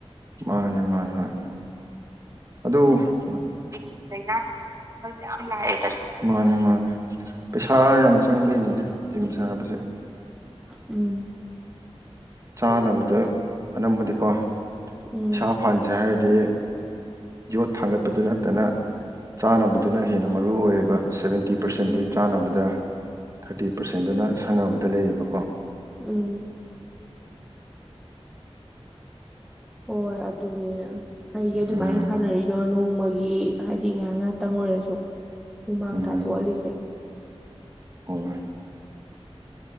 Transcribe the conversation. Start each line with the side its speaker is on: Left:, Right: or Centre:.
Right: ꯃꯥꯅꯦ ꯃꯥꯅꯦ ꯍꯣꯏ꯫ ꯑꯗꯨꯕꯨ ꯍꯧꯖꯤꯛꯇꯤ ꯂꯩꯅꯥꯖꯦ ꯃꯈꯜ ꯃꯌꯥꯝ ꯂꯥꯛꯑꯦꯗꯅ ꯃꯥꯅꯦ ꯃꯥꯅꯦ꯫ ꯄꯩꯁꯥ ꯌꯥꯝ ꯆꯪꯕꯩꯅꯤꯅꯦ ꯖꯤꯝ ꯁꯥꯟꯅꯕꯖꯦ꯫
Centre: ꯎꯝ꯫
Right: ꯆꯥꯅꯕꯗ ꯑꯅꯝꯕꯗꯤꯀꯣ
Centre: ꯎꯝ
Right: ꯏꯁꯥ ꯐꯍꯟꯖꯦ ꯍꯥꯏꯔꯗꯤ꯫ ꯌꯣꯠ ꯊꯥꯡꯒꯠꯄꯗ ꯅꯠꯇꯅ ꯆꯥꯅꯕꯗꯨꯅ ꯍꯦꯟꯅ ꯃꯔꯨ ꯑꯣꯏꯌꯦꯕ ꯁꯚꯦꯟ ꯇꯤ ꯄꯥꯔꯁꯦꯟꯗꯤ
Centre: ꯎꯝ
Right: ꯆꯥꯟꯅꯕꯗ ꯊꯥꯔꯇꯤ ꯄꯥꯔꯁꯦꯟꯗꯨꯅ ꯁꯥꯟꯅꯕꯗ ꯂꯩꯌꯦꯕꯀꯣ꯫
Centre: ꯎꯝ꯫ ꯍꯣꯏ ꯑꯗꯨꯅꯦ ꯑꯁ ꯐꯩꯌꯦ ꯑꯗꯨꯃꯥꯏꯅ
Right: ꯎꯝ
Centre: ꯁꯥꯟꯅꯔꯤꯗꯣ ꯅꯣꯡꯃꯒꯤ ꯍꯥꯏꯗꯤ ꯇꯤ ꯉꯍꯥꯛ ꯉꯍꯥꯛꯇꯪ ꯑꯣꯏꯔꯖꯨ ꯍꯨꯃꯥꯡ
Right: ꯎꯝ
Centre: ꯇꯥꯊꯣꯛꯍꯜꯂꯤꯁꯦ
Right: ꯍꯣꯏ꯫